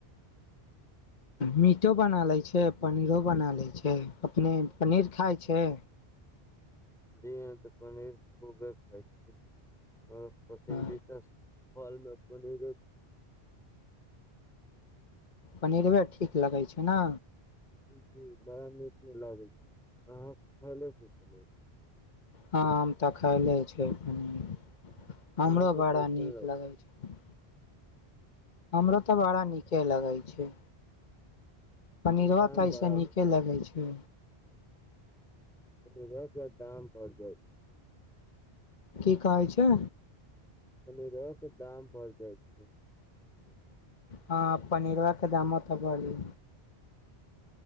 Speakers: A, on the left; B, in the centre.
A: मीटो बना लै छै पनीरो बना लै छै अपने पनीर खाइ छै
B: जी ह तऽ पनीर खूबे खइ र पसन्दीदा
A: हँ
B: फल में पनीरे
A: पनीरवे ठीक लगै छै ने
B: ज बड़ा नीक नहि लागै छै अह खैले छी हेलो
A: हँ हम तऽ खायले छै पनीर हमरो
B: अहाँके कैसन
A: बड़ा नीक
B: लगै
A: लगाय छै हमरो तऽ बड़ा नीके लगै छै
B: लेकिन
A: पनीरवा
B: दाम
A: तऽ ऐसे
B: बड़ा
A: नीके
B: गेल।
A: लगे छै हू
B: पनीरो के दाम बड़ जायत
A: की कहै छै
B: पनिरोख दाम बढ जाइ छै
A: हँ पनीरवा दामो तऽ बढ़ी